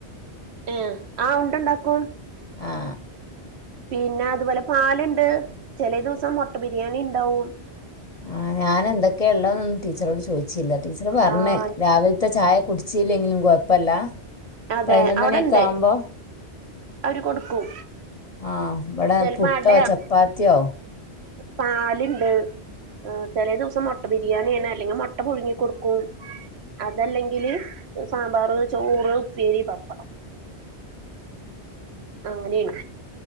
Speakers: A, on the right; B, on the left.
A: ഏഹ് ആഹ് ഉണ്ടണ്ടാക്കും.
B: ആ..
A: പിന്നെ അതുപോലെ പാലുണ്ട് ചില ദിവസം മുട്ട ബിരിയാണി ഉണ്ടാവും.
B: ആ ഞാൻ എന്തൊക്കെയ ഉള്ളന്നൊന്നും ടീച്ചറോട് ചോദിച്ചില്ല ടീച്ചറ് പറഞ്ഞേ-
A: ആഹ്
B: രാവിലത്തെ ചായ കുടിച്ചല്ലെങ്കിലും കൊഴപ്പല്ല
A: അതെ
B: പതിനൊന്ന്
A: അവിടെണ്ട്
B: മണിയൊക്കെ ആവുമ്പോ.
A: അവര് കൊടുക്കും
B: ആഹ് ഇവിടെ
A: ചിലപ്പോ
B: പുട്ടോ
A: അടയാ
B: ചപ്പാത്തിയോ
A: <inaudible> പാലുണ്ട്. ആ ചില ദിവസം മുട്ടബിരിയാണിയാണ് അല്ലെങ്കിൽ മൊട്ട പുഴുങ്ങി കൊടുക്കും. അതല്ലെങ്കില് സാമ്പാർ, ചോറ്, ഉപ്പേരി, പപ്പടം. അങ്ങനെയാണ്